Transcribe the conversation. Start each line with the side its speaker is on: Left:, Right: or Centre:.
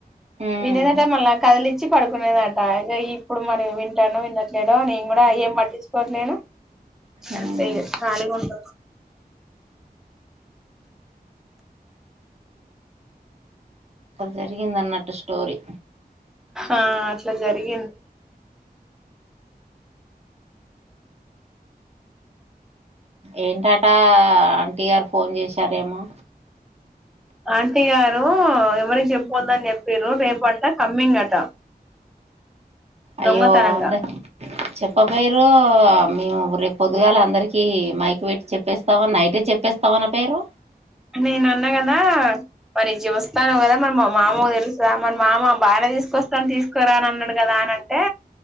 Right: ఉమ్
Centre: వినేదట మళ్ళి కదిలిచ్చి పడుకునేదట ఇగ ఇప్పుడు మరి వింటాండొ వినట్లేడో నేను కూడా ఏం పట్టించుకోట్లేను
Right: ఉమ్
Centre: అంతేగా కాలిగుంట
Right: కదా జరిగింద అన్నట్టు స్టోరీ
Centre: ఆ అట్లా జరిగింది
Right: ఏంటటా ఆంటీ గారు ఫోన్ చేశారేమో
Centre: ఆంటీ గారు ఎవరికి చెప్పందని చెప్పారు రేపట కమ్మింగ్ అట
Right: అయ్యో
Centre: దొంగతనంగా
Right: అంత చెప్పపోయరు మీము పొదుగాల అందరిక మైక్ పెట్టి చెప్పేస్తావాని నైట్ ఏ చెప్పేస్తావా అన పేర్ర్
Centre: నేను అన్నా కదా మరి ఇ జుస్తానవు కదా మరి మా మామ తెలుసా మన మామ బార తీసుకొస్తాను తీసుకోరా అని అన్నాడు కదా అన అంటే